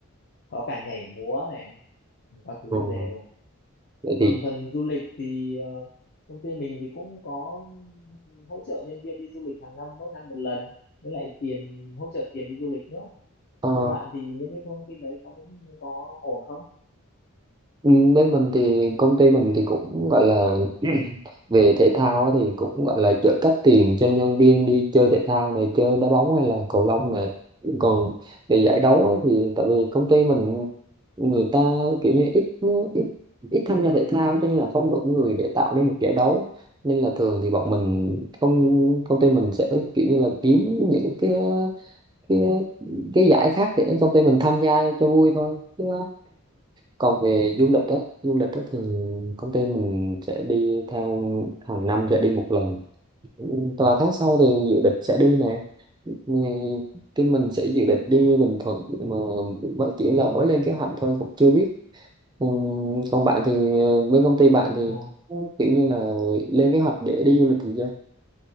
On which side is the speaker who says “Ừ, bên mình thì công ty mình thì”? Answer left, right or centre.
Right